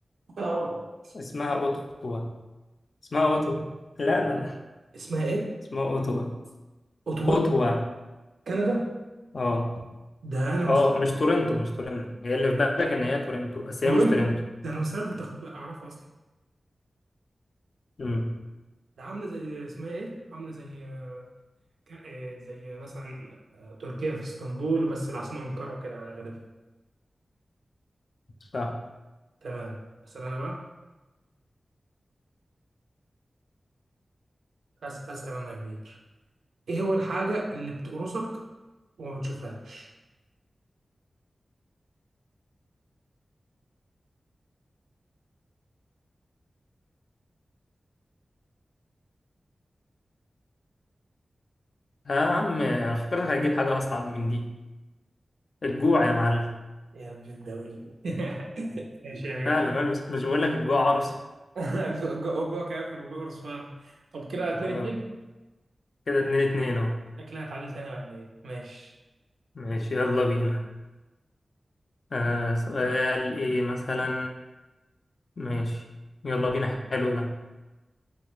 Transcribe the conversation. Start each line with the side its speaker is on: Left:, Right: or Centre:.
Right: آه.
Left: اسمها أوتوا اسمها أوتوا لا لا لا
Right: اسمها ايه؟
Left: اسمها أوتوا
Right: اوتوا
Left: أوتوا
Right: كندا
Left: آه
Right: ده انا مستحيل
Left: آه مش تورنتو مش تورنتو هي اللي في بالك إن هي تورنتو بس
Right: تورنتو
Left: هي مش تورنتو
Right: ده انا مستحيل كنت اخد بقى اعرفها اصلا
Left: امم
Right: ده عامله زي اسمها ايه عامله زي آه، ك- آه، زي مثلا آه، تركيا في اسطنبول بس العاصمه انقره وكده يعني غالبا
Left: صح
Right: تمام اسال انا بقى أس- اسال انا يا كبير ايه هو الحاجه اللي بتقرصك وما بتشوفهاش
Left: يا عم أنا فكرتك هتجيب حاجة أصعب من دي الجوع يا معلم
Right: يا ابن الدولي <laughs> ماشي يا غالي
Left: فعلا بقى بس مش بقول لك الجوع عرصة
Right: <laughs> جو جو جو كافر وبيقرص فعلا طب كده اتنين
Left: آه.
Right: اتنين
Left: كده اتنين اتنين اهو
Right: شكلها هتعادل تاني ولا ايه ماشي
Left: ماشي يلا بينا آه سؤال ايه مثلا ماشي يلا بينا حلو ده